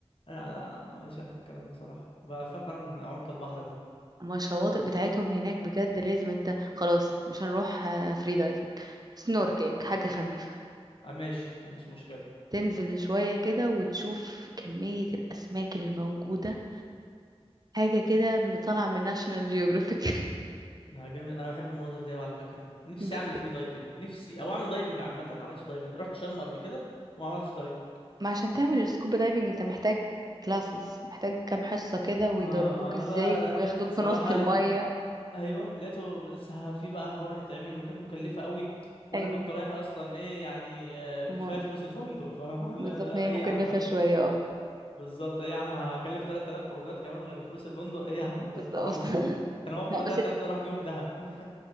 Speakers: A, on the left; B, on the right.
A: لا لا لا ماليش انا في الكلام ده صراحه بخاف انا من عمق البحر ده
B: ما الشواطئ بتاعتهم هناك بجد لازم انت خلاص مش هنروح آه، فري دايفنج سنوركلينج حاجة خفيفة
A: آه ماشي ما عنديش مشكلة
B: تنزل شوية كده وتشوف كمية الأسماك اللي موجودة حاجة كده طالعة من ناشونال جيوغرافيك <laughs>
A: ده جامد انا بحب المناظر دي قوي على فكرة ونفسي
B: جدا
A: اعمل فري دايفنج نفسي او اعمل دايفنج عامة انا ما عملتش دايفنج رحت شرم قبل كده وما عملتش دايفنج
B: ما عشان تعمل السكوبا دايفنج انت محتاج كلاسز محتاج كام حصة كده ويدربوك
A: اه انا
B: ازاي
A: بقى
B: وياخدوك
A: قرفت صراحة
B: في نص المية
A: لقيت الح... ايوه لقيته لسه في بقى حوار هيتعمل وكانت مكلفة قوي وانا
B: ايوه
A: كنت رايح اصلا ايه يعني آه، كفاية
B: ما
A: فلوس الفندق فاهم <laughs> لا-
B: بالظبط
A: لا،
B: ما هي
A: ايه
B: مكلفة
A: يا عم هج-
B: شوية اه
A: بالظبط ايه يا عم هكلف 3000 خروجات كمان غير فلوس الفندق ايه يا عم ده
B: بالظبط
A: حرام
B: <laughs>
A: انا اوفر
B: لا بس
A: 3000
B: ال...
A: دول راح بيهم دهب <laughs>